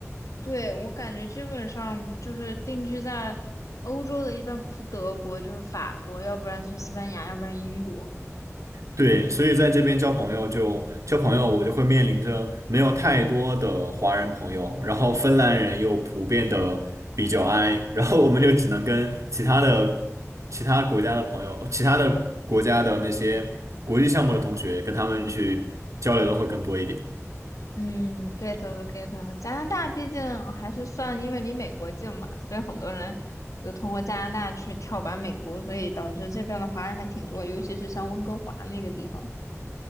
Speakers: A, on the left; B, on the right.
A: 对，我感觉基本上就是定居在欧洲的，一般不是德国就是法国，要不然是西班牙，要不然英国。
B: 对，所以在这边交朋友就交朋友，我就会面临着没有太多的华人朋友，然后芬兰人又普遍的比较 i，然后我们就只能跟其他的其他国家的朋友、其他的国家的那些国际项目的同学，跟他们去交流的会更多一点。
A: 嗯，get 了，get 了。加拿大毕竟还是算，因为离美国近嘛，所以很多人就通过加拿大去跳板美国，所以导致这边的华人还挺多，尤其是像温哥华那个地方。